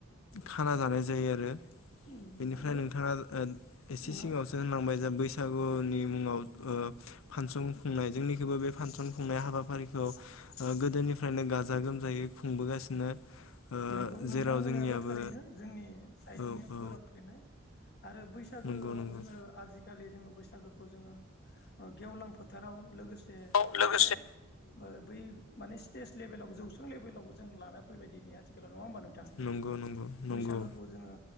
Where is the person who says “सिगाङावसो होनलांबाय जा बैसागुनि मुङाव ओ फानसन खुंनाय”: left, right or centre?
Left